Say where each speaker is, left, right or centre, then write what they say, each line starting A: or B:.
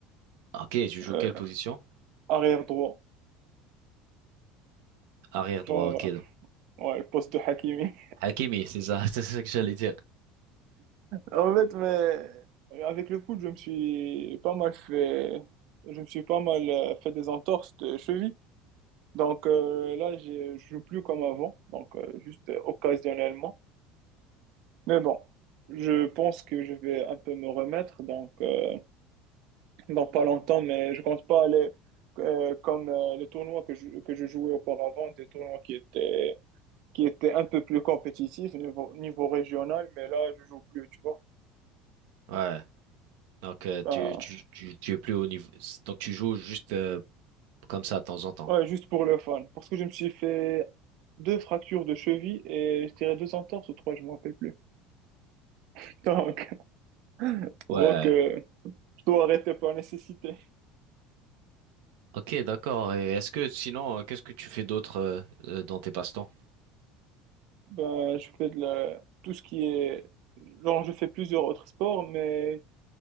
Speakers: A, on the right; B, on the right.
A: Ah, Ok, tu
B: Euh,
A: joues quelle position?
B: arrière droit.
A: Arrière
B: Genre,
A: droit. Ok, donc
B: euh, ouais, le poste de Hakimi.
A: Hakimi, c'est ça, <laughs> c'est ça que j'allais dire.
B: En fait, mais euh, avec le foot, je me suis pas mal fait, je me suis pas mal euh, fait des entorses de cheville. Donc euh, là, j'ai- je joue plus comme avant, donc euh, juste euh, occasionnellement. Mais bon, je pense que je vais un peu me remettre, donc euh, dans pas longtemps, mais je compte pas aller euh, comme euh, les tournois que je, que je jouais auparavant, des tournois qui étaient qui étaient un peu plus compétitifs niveau, niveau régional, mais là, je joue plus, tu vois.
A: Ouais. Donc, euh,
B: Enfin,
A: tu, tu, tu, tu es plus au niveau. Donc, tu joues juste euh, comme ça de temps en temps.
B: Ouais, juste pour le fun. Parce que je me suis fait deux fractures de cheville et je dirais deux entorses ou trois, je me rappelle plus. <laughs> Donc, ça
A: Ouais.
B: se voit que je dois arrêter par nécessité.
A: Ok, d'accord. Et est-ce que sinon, euh, qu'est-ce que tu fais d'autre euh, euh, dans tes passe-temps?
B: Ben, je fais de la... tout ce qui est... Genre, je fais plusieurs autres sports, mais,